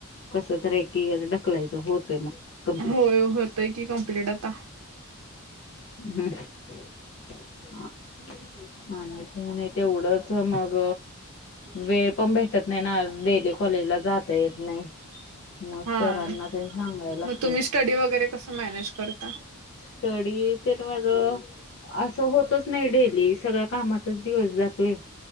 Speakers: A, on the left; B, on the right.
A: कस तर एक ईअर ढकलायचं होतय मग. कमप्लीट
B: हो हो होतय की कम्प्लीट आता.
A: <unintelligible> तेवढंच मग वेळ पण भेटत नाही ना डेली कॉलेजला जात येत नाही. मग
B: हा
A: सरांना ते सांगायला लागतंय.
B: मग तुम्ही स्टडी वगैरे कसं मॅनेज करता?
A: स्टडी तर माझ असं होतच नाही डेली सगळ्या कामात तच दिवस जातोय